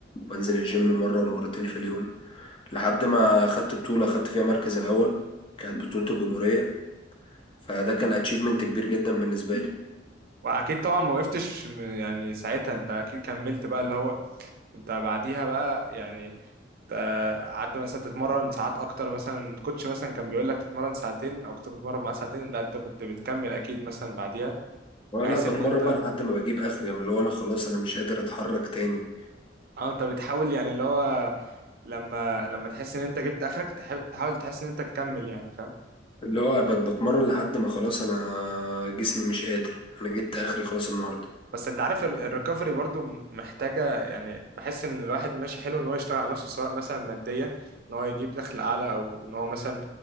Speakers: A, on the left (about 30°); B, on the right (about 55°).
A: وأنزل الجيم مرة ومرتين في اليوم لحد ما خدت بطولة خدت فيها مركز الأول كانت بطولة الجمهورية فده كان أتشيفمنت كبير جدا بالنسبة لي
B: واكيد طبعا ما وقفتش م- يعني ساعتها انت اكيد كملت بقى اللي هو انت بعديها بقى يعني ت- قعدت مثلا تتمرن ساعات اكتر مثلا الكوتش مثلا كان بيقول لك تتمرن ساعتين او كنت بتتمرن معاه ساعتين لا انت كنت بتكمل اكيد مثلا بعديها
A: اه
B: بحيث
A: لا بتمرن
B: ان انت
A: بقى لحد ما بجيب آخري يعني اللي هو أنا خلاص أنا مش قادر أتحرك تاني
B: اه انت بتحاول يعني اللي هو لما لما تحس ان انت جبت اخرك تحب تحاول تحس ان انت تكمل يعني فاهم
A: اللي هو بت- بتمرن لحد ما خلاص أنا جسمي مش قادر أنا جبت آخري خلاص النهاردة
B: بس انت عارف ال- الريكفري برضو محتاجة يعني بحس ان الواحد ماشي حلو ان هو يشتغل على نفسه سواء مثلا ماديا ان هو يجيب دخل اعلى او ان هو مثلا